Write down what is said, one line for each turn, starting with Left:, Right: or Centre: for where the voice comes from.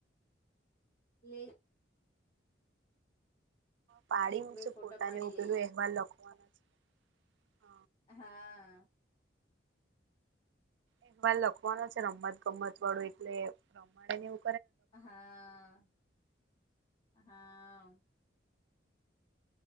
Left: લે
Right: પાડી
Left: એક
Right: મુકશે
Left: બે ફોટા
Right: ફોટાને
Left: પાડી
Right: ઉપેલુ
Left: લઈએ
Right: અહેવાલ લખવાના છે હ
Left: હા.
Right: એહવાલ લખવાનો છે રમત ગમત વાળું એટલે રમાડેને એવુ.
Left: હા હા.